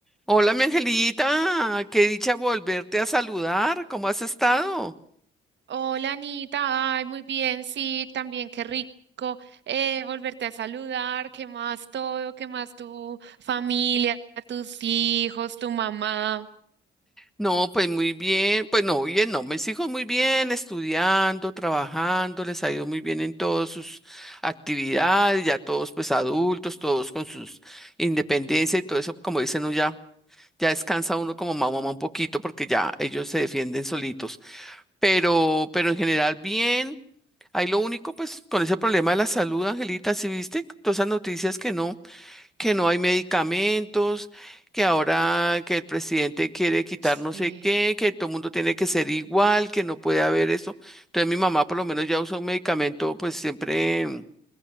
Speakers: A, in the centre; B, on the right.
A: Hola, mi angelita, qué dicha volverte a saludar. ¿Cómo has estado?
B: Hola Anita, ay, muy bien, sí, también qué rico eh, volverte a saludar, qué más todo, qué más tu familia, tus hijos, tu mamá.
A: No, pues muy bien, pues no, bien, no, mis hijos muy bien, estudiando, trabajando, les ha ido muy bien en todas sus actividades, ya todos pues adultos, todos con sus independencia y todo eso, como dicen, uno ya, ya descansa uno como mamá, mamá un poquito porque ya ellos se defienden solitos, pero, pero en general bien. Ahí lo único, pues con ese problema de la salud, Angelita, ¿sí viste todas esas noticias que no? que no hay medicamentos, que ahora que el presidente quiere quitar
B: Sí.
A: no sé qué, que todo el mundo tiene que ser igual, que no puede haber eso. Entonces mi mamá por lo menos ya usa un medicamento pues siempre mm,